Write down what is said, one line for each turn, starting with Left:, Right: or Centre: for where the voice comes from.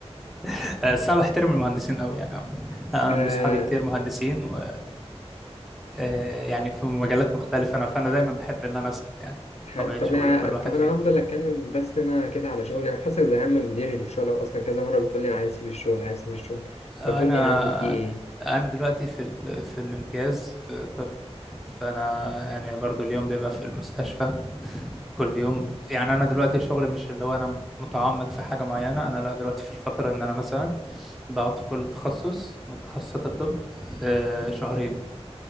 Centre: <laughs> بس انا بحترم المهندسين قوي يعني عامه انا
Left: آه،
Centre: عندي اصحابي كتير مهندسين و... آه، يعني في مجالات مختلفه انا فانا دايما بحب ان انا اسمع يعني
Left: حلو
Centre: طبيعه
Left: طب
Centre: شغل
Left: انا
Centre: كل واحد
Left: طب انا
Centre: فيهم
Left: هفضل اتكلم بس انا كده على شغلي انا حاسسك زهقان من مديري في الشغل اصلا كذا مره بتقول لي انا عايز اسيب الشغل عايز اسيب الشغل
Centre: آه،
Left: بتقول
Centre: انا
Left: لي يا عم في ايه
Centre: انا دلوقتي في ال... في الامتياز في طب فانا يعني برضو اليوم بيبقى في المستشفى كل يوم يعني انا دلوقتي الشغل مش اللي هو انا متعمق في حاجه معينه انا لا دلوقتي في الفتره ان انا مثلا بقعد في كل تخصص من تخصصات الطب آه، شهرين